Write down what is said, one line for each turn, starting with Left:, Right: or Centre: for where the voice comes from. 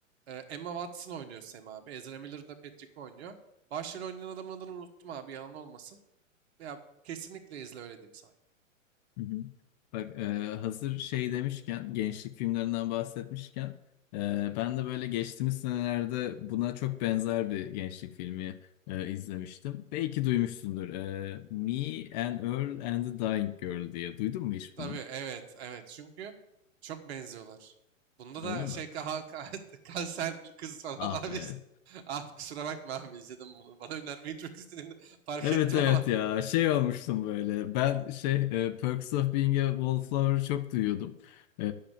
Right: Ee, Emma Watson oynuyor Sam abi. Ezra Miller da Patrick oynuyor. Başrol oynayan adamın adını unuttum abi yalan olmasın. Ya kesinlikle izle öyle diyeyim sana. yani.
Left: Hı hı. Bak e, hazır şey demişken gençlik filmlerinden bahsetmişken e, ben de böyle geçtiğimiz senelerde buna çok benzer bir gençlik filmi e, izlemiştim. Belki duymuşsundur. E, Me and Earl and the Dying Girl diye. Duydun mu hiç
Right: Tabii
Left: bunu?
Right: evet evet çünkü çok benziyorlar. Bunda da
Left: Öyle mi?
Right: şey ka ka- <laughs> kanserli kız falan
Left: Ah
Right: <laughs> abi.
Left: be.
Right: işte. Ah kusura bakma abi izledim bunu. Bana önermeyi çok istediğini fark
Left: Evet
Right: ettim
Left: evet
Right: ama
Left: ya şey olmuştum böyle ben şey e, Perks of Being a Wallflower'ı çok duyuyordum. E,